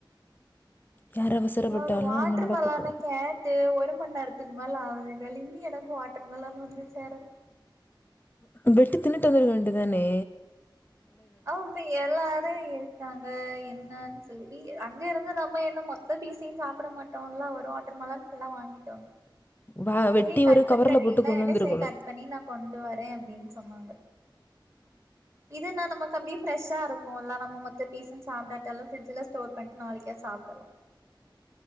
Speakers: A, on the left (about 20°); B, on the right (about 35°).
A: யார் அவசரப்பட்டாலும்
B: ஒரு வாட்டர்
A: ஒண்ணும் நடக்க
B: மேலன்
A: போகுது
B: கே டு ஒரு மணி நேரத்துக்கு மேல ஆகுது இன்னு எனக்கு வாட்டர் மொலன்னு வந்து சேர
A: வெட்டி தின்னுட்டு வந்திருக்க வேண்டிதானே
B: ஆம் பியர் எல்லாரு இருக்காங்க என்னன்னு சொல்லி அங்க இருந்து நம்ம என்ன மொத்த பீசயு சாப்பிட மாட் டோன்ல ஒரு வாட்டர் மெலன் ஃபுல்லா வாங்கிட்டோ
A: வா
B: செரி
A: வெட்டி
B: கட்
A: ஒரு
B: பண்ணி
A: கவர்ல
B: தருவீங்களா
A: போட்டு கொண்டு
B: <unintelligible>
A: வந்துருக்கணும்
B: செரி கட் பண்ணி நா கொண்டு வரே அப்டின்னு சொன்னாங்க இதுனா நமக்கு அப்டியே ப்ரெஷ்ஷா இருக்குல்ல நம்ம மொத்த பீசு சாப்டாட்டாலு ஃப்ரிஜ்ல ஸ்டோர் பண்ணிட்டு நாளிக்கா சாப்பிட்லா